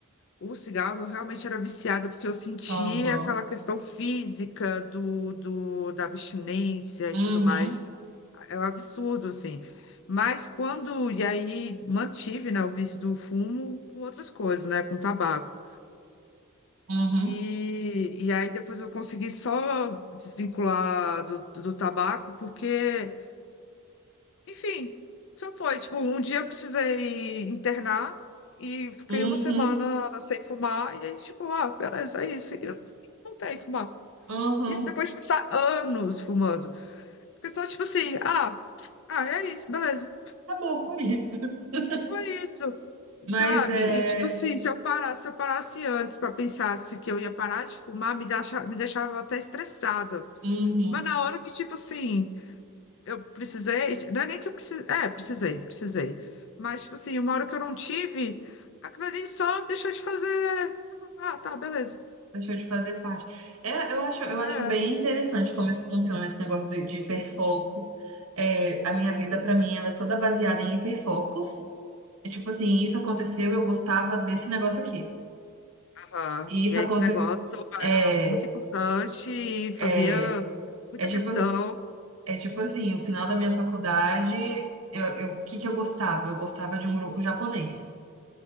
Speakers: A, on the left; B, on the right.
A: o cigarro eu realmente era viciada, porque eu sentia
B: uhum,
A: aquela questão física do, do, da abstinência e
B: uhum,
A: tudo mais. É um absurdo, assim. Mas quando. E aí mantive, né, o vício do fumo com outras coisas, né, com tabaco.
B: uhum.
A: E, e aí depois eu consegui só desvincular do, do tabaco, porque. Enfim, só foi. Tipo, um dia eu precisei internar e fiquei
B: Uhum,
A: uma semana sem fumar. E aí, tipo, ah, beleza, é isso. E eu não voltei a fumar.
B: uhum.
A: Isso depois de passar anos fumando. Porque só, tipo assim, ah, ah, é isso, beleza.
B: Tá bom, foi isso. <laughs>
A: Foi isso. Sabe?
B: Mas é.
A: E tipo assim, se eu parasse, se eu parasse antes para pensar se que eu ia parar de fumar, me deixava, me deixava até estressada.
B: Uhum.
A: Mas na hora que, tipo assim, eu precisei, não é nem que eu precisei, é, precisei, precisei. Mas, tipo assim, uma hora que eu não tive, aquilo ali só deixou de fazer. Ah, tá, beleza.
B: Deixou de fazer parte. É, eu acho, eu
A: É,
B: acho bem interessante como isso funciona, esse negócio de, de hiperfoco. É, a minha vida, pra mim, ela é toda baseada em hiperfocos. É tipo assim, isso aconteceu, eu gostava desse negócio aqui.
A: aham.
B: E isso
A: E aí,
B: aconteceu.
A: esse negócio
B: É,
A: é muito importante e fazia
B: é,
A: muita
B: é tipo,
A: questão.
B: é tipo assim, o final da minha faculdade, eu, eu, o que que eu gostava? Eu gostava de um grupo japonês.